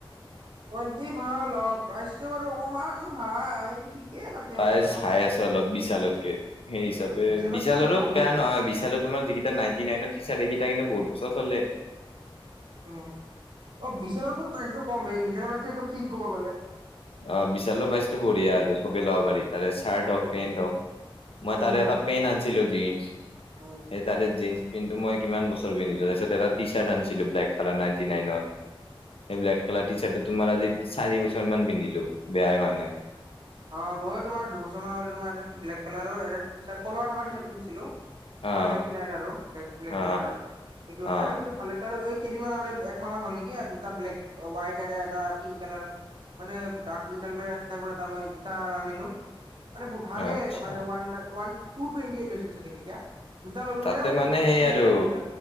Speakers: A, on the right; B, on the left.
A: কোৱালিটি ভাল অঁ প্ৰাইচটো বাৰু অকণমান হাই। ঠিকেই তাতে
B: প্ৰাইজ
A: আৰু ইমানো
B: হাই আছে অলপ বিছালতকে। সেই হিচাপে
A: বিশালত
B: বিশালৰো
A: চাই এইটো ডাবুল
B: বেয়া নহয় বিশালত তোমাৰ যিকেইটা নাইনটি নাইন টিচাৰ্ট সেইকেইটা কিন্তু বহুত বছৰ চলে।
A: উম! অ বিশালৰ কিন্তু প্ৰাইজ কম এই বিশালৰ প্ৰাইজটো একদম ঠিক। কব গলে।
B: অ বিশালৰ পাইজটো বঢ়িয়া আৰু। চবে ল'ব
A: উম
B: পাৰি তাৰে চাৰ্ট
A: মানে
B: হওক, পেণ্ট হওক,
A: চব
B: মই
A: বস্তু
B: তাৰে
A: তাতে
B: এটা পেণ্ট আনিছিলো জিনশ।
A: উম
B: এই তাতে জীনছ পেণ্টো মই কিমান বছৰ পিন্ধিলো, তাৰপিছত এটা টিচাৰ্ট আনিছিলো ব্লেক কালাৰ নাইনটি নাইনত। এই ব্লেক কালাৰ টিচাৰ্ট তোমাৰ আজি চাৰিবছৰমান পিন্ধিলো বেয়াই হোৱা নাই।
A: অ মইয়ো তোমাৰ দুবছৰমান আগতে তোমাৰ এটা কি ব্লেক কালাৰ এটা টিচাৰ্ট কলাৰ থকা টিচাৰ্ট কিনিছিলো। ওৱান
B: অ
A: নাইনটি নাইন আৰু ব্লেক
B: অ
A: কালাৰৰ সেইটো আছে
B: অ
A: আৰু সেইটো ভাল লাগিছে আৰু এই কেইদিনমান আগতে একমাহমান হ'ল নেকি আৰু দুটা ব্লেক, হোৱাইট এনে এটা পিংক কালাৰ মানে ডাৰ্ক টাইপৰ মই দুটা আৰু আনিলো মানে ভালে
B: আচ্ছা
A: মানে ওৱান-ওৱান টু টুৱেণ্টি এইট লৈছিল চাগে তেতিয়া? দুটা ললো
B: তাতে
A: কাৰণে
B: মানে সেই
A: থ্ৰী নাইন
B: আৰু
A: নাইন হৈছে